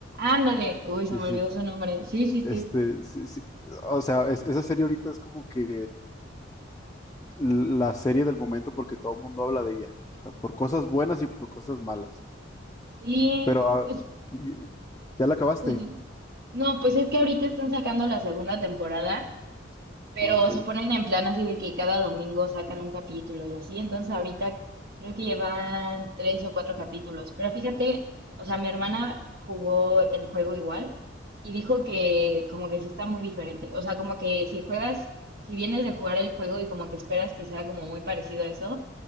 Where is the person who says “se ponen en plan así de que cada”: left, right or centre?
Right